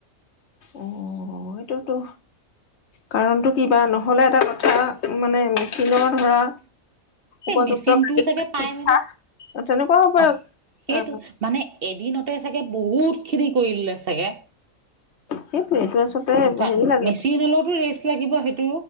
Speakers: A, on the left (about 60°); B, on the right (about 50°).
A: অ অ, সেইটোতো- কাৰণটো কিবা? নহলে এটা কথা মানে- চিনৰ ধৰা,
B: এই
A: উপযুক্ত
B: মেচিনটোও
A: <unintelligible>
B: চাগে পাই মেলি
A: অঁ তেনেকুৱাও হ'ব পাৰে।
B: অ সেইটো
A: অ
B: মানে এদিনতে চাগে বহুত খিনি কৰিলে চাগে।
A: সেইটোৱে এইটো আচলতে
B: কা
A: হেৰি লাগে
B: মেচিন হ'লেওতো ৰেষ্ট লাগিব সেইটো।